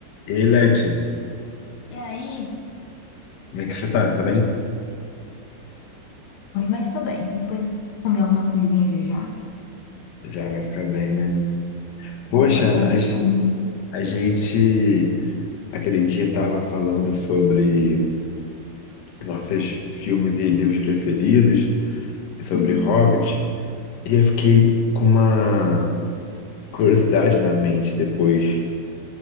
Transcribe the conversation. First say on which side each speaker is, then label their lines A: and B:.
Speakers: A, on the left (about 75°); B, on the left (about 90°).
A: E aí, Leti,
B: Oh, E aí?
A: como é que você tá? Tá bem?
B: Comi, mas tô bem. Depois comer alguma coisinha já já.
A: Já vai ficar bem, né? Poxa,
B: Ou para ficar
A: a,
B: melhor
A: ge-
B: ainda.
A: a gente aquele dia tava falando sobre nossos filmes e livros preferidos, sobre
B: Uhum.
A: Hobbit, e eu fiquei com uma curiosidade na mente depois